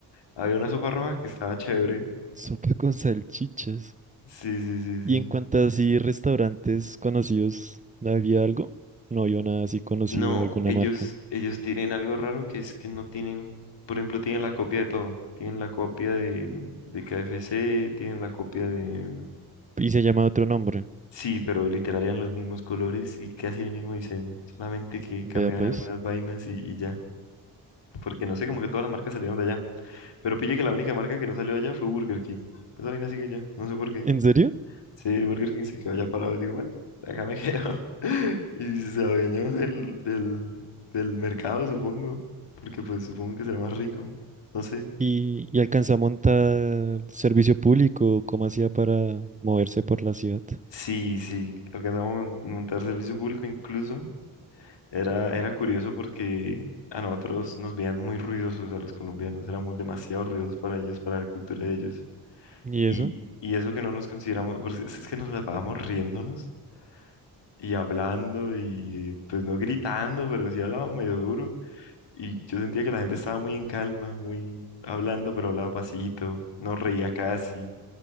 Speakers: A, on the left; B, on the right.
A: Había una sopa roja que estaba chévere.
B: Sopa con salchichas.
A: Sí, sí, sí, sí.
B: ¿Y en cuanto a así restaurantes conocidos, había algo? No vio nada así conocido,
A: No,
B: alguna
A: ellos,
B: marca.
A: ellos tienen algo raro que es que no tienen, por ejemplo, tienen la copia de todo. Tienen la copia de, de KFC, tienen la copia de,
B: Y se llama otro nombre.
A: Sí, pero literal eran los mismos colores y casi el mismo diseño, solamente que
B: Vea
A: cambiaban
B: pues.
A: algunas vainas y, y ya, porque no sé, como que todas las marcas salieron de allá, pero pille que la única marca que no salió de allá fue Burger King, esa vaina sigue allá, no sé por qué,
B: ¿En serio?
A: sí, Burger King se quedó allá parado y digo, bueno, acá me quedo, <laughs> y si se adueñó del, del, del mercado, supongo, porque pues supongo que será más rico, no sé.
B: ¿Y, y alcanza a montar servicio público? ¿Cómo hacía para moverse por la ciudad?
A: Sí, sí, alcanzamos a mon- montar servicio público incluso. Era, era curioso porque a nosotros nos veían muy ruidosos a los colombianos, éramos demasiado ruidosos para ellos, para la cultura de ellos.
B: ¿Y
A: Y,
B: eso?
A: y eso que no nos consideramos, pues, es, es que nos la pasábamos riéndonos y hablando y pues no gritando, pero sí hablábamos medio duro. Y yo sentía que la gente estaba muy en calma, muy hablando, pero hablaba pasito, no reía casi.